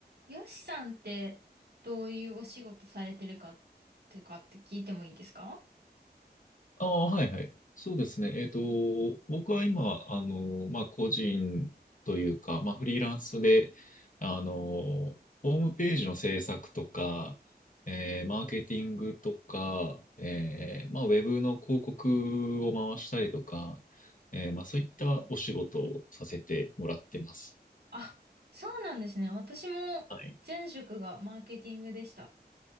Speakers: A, on the right; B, on the left.
A: よしさんってどういうお仕事されてるかってかって聞いてもいいですか
B: ああ、はいはい。そうですね。えっと、僕は今、あの、まあ、個人というか、まあ、フリーランスで、あの、ホームページの制作とか、えーマーケティングとか、えーまあ、ウェブの広告を回したりとか、えーまあ、そういったお仕事をさせてもらってます。
A: あ、そうなんですね。私も前職がマーケティングでした。
B: はい。